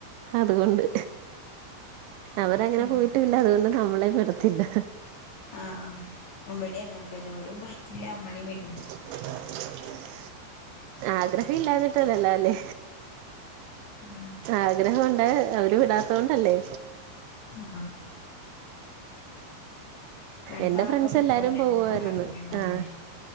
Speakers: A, on the right; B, on the left.
A: അതുകൊണ്ട് അവരങ്ങനെ
B: ഉം
A: പോയിട്ടില്ല അതുകൊണ്ട് നമ്മളെ വിടത്തില്ല
B: ആഹ് ഇവിടെ അങ്ങനെ തന്നെ ഓരും പോയിട്ടില്ല നമ്മളിൽ വീടുല
A: <inaudible> ആഗ്രഹം ഇല്ലാന്നിട്ടല്ലല്ലോ അല്ലേ
B: ഉം
A: ആഗ്രഹംണ്ട് അവര് വിടാത്ത കൊണ്ടല്ലേ
B: ആഹ് ഫ്രണ്ട്സാളൊക്കെ
A: എന്റെറെ ഫ്രണ്ട്സ് എല്ലാരും
B: പോവാൻ
A: പോവായിരുന്നു
B: എല്ലാർക്കും ആഗ്രഹണ്ടാവുലേ
A: ആഹ്